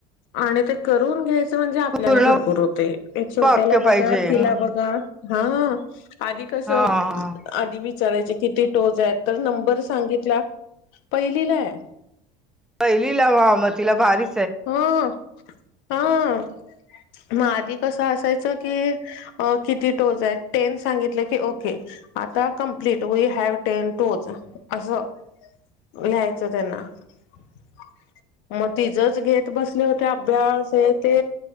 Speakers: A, on the left; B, in the centre.
A: आणि ते करून <inaudible> घ्यायचं म्हणजे आपल्याला
B: पूर्ण
A: भरपूर होते छोट्याला
B: वाक्य
A: बघा
B: पाहिजे
A: तिला
B: हम्म
A: बघा हा <inaudible> आधी कसं
B: हा हा
A: <inaudible> आधी विचारायचे किती टोच आहेत तर नंबर सांगितला <inaudible> पहिलीला आहे
B: पहिलीला मम तिला भारी
A: ह <inaudible> हा <inaudible> मग आधी कसं असायचं की किती टोज आहे टेन सांगितलं की <inaudible> ओके आता क ् we have ten to us <inaudible> लयचं त्यां <inaudible> म त तेच घेत बसले होते अभ्यास हे ते